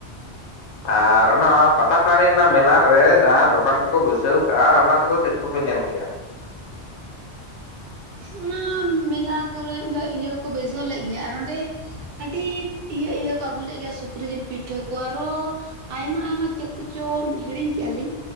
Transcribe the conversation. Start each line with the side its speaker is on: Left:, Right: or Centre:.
Left: ᱟᱨ ᱚᱱᱟ ᱯᱟᱛᱟ ᱴᱟᱺᱰᱤ ᱨᱮᱱᱟᱜ ᱢᱮᱞᱟ ᱨᱮ ᱡᱟᱦᱟᱸ ᱫᱚ ᱠᱟᱱ ᱠᱚᱠᱚ ᱵᱟᱹᱭᱥᱟᱹᱣ ᱠᱟᱜᱼᱟ ᱚᱱᱟ ᱠᱚᱫᱚ ᱪᱮᱫ ᱠᱚᱯᱮ ᱧᱮᱞ ᱠᱮᱜᱼᱟ
Right: ᱚᱱᱟ ᱢᱮᱞᱟ ᱠᱚᱨᱮᱫ ᱫᱚ ᱤᱭᱟᱹ ᱠᱚ ᱵᱟᱹᱭᱥᱟᱹᱣ ᱞᱮᱫ ᱜᱮᱭᱟ ᱟᱨ ᱚᱸᱰᱮ ᱟᱹᱰᱤ ᱤᱭᱟᱹ ᱤᱭᱟᱹ ᱠᱚ ᱟᱹᱜᱩ ᱞᱮᱫ ᱜᱮᱭᱟ ᱥᱩᱠᱨᱤ ᱡᱤᱞ ᱯᱤᱴᱷᱟᱹ ᱠᱚ ᱟᱨᱚ ᱟᱭᱢᱟ ᱟᱭᱢᱟ ᱪᱮᱫ ᱠᱚᱪᱚ ᱦᱤᱲᱤᱧ ᱠᱮᱟᱞᱤᱧ